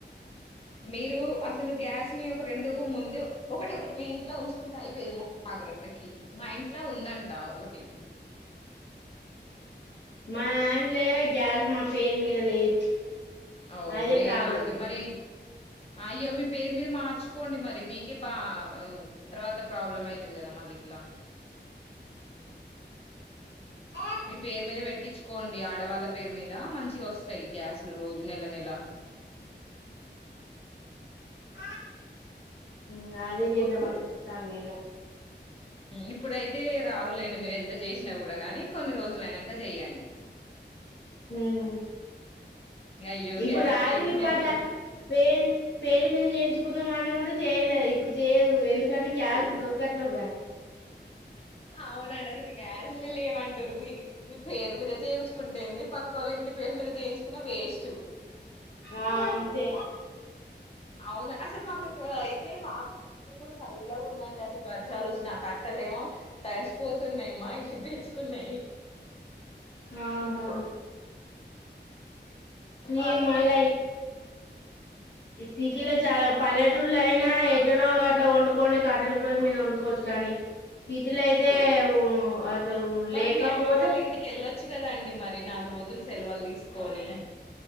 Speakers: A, on the left; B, on the left.
A: మీరు అసలు గ్యాస్ ని ఒక రెండు ముందు ఒకటోకటి మీ ఇం ట్లా ఉంచుకుంటైపోయేది ము జాగ్రత్తకి మా ఇంట్ల ఉందంట ఒకటి
B: మా దంట్లే గ్యాస్ మా పేరు మీద లేదు
A: ఓ
B: అదే
A: లేదా
B: ప్రాబ్లం
A: అండి
B: అయింది
A: మరి అయ్యో మీ పేరు మీద మార్చుకోండి మరి మీకే బా తర్వాత ప్రాబ్లమ్ అయితది కదా మళ్ళిట్ల
B: ఆ
A: మీ పేరు మీద పెట్టించుకోండి ఆడవాళ్ళక్ పేరు మీద మంచిగోస్తాయ్ గ్యాస్లు రోజు నెల నెల
B: అ డాడీ కి చేద్దామని చెప్తాంది ఇగ
A: ఇప్పుడైతే రావులేండి మీరు ఎంత చేసినా కూడా గాని కొన్ని రోజులు అయినాక చెయ్యండి
B: మ్మ్
A: అయ్యో
B: ఇప్పుడు
A: గ్యాస్
B: రాదు
A: లేకుండా
B: ఇప్పట్ల
A: ఎట్లా బ
B: పే పేరు మీద చేయించుకుందామంటే కూడా చేయలే ఇప్పుడు చేయదు ఎందుకంటే గ్యాస్ దొరకట్లేదు గా
A: అవునట సలు గ్యాస్ లేవంటురు మీలు మీ పేరు మీద చేయించుకుంటేంది పక్క వాళ్ళ ఇంటి పేరు మీద చేయించుకున్న వేస్ట్
B: ఆ అంతే
A: అవునా అసలు మాకు ఇక్క అయితే వాతావరణం కూడా చల్లగా ఉందండి అసలు వర్షాలు వస్తునా ఆ కట్టలే ఏమో తడిసిపోతున్నాయి మాయి తెచ్చుకున్నాయి
B: ఆ హా
A: వాతావరణం
B: ఏ మల్ల సిటీలో చాలా పల్లెటూళ్లో అయినా ఎట్లను అట్లా వండుకోని కట్టెల పొయ్యి మీద వండుకోవచ్చు కానీ సిటీలోలు అయితే అసలు
A: మరి
B: లేకపోతే
A: మీ అమ్మ వాళ్ళ ఇంటికి వెళ్ళొచ్చు కదా అండి మరి నాలుగు రోజులు సెలవులు తీసుకొని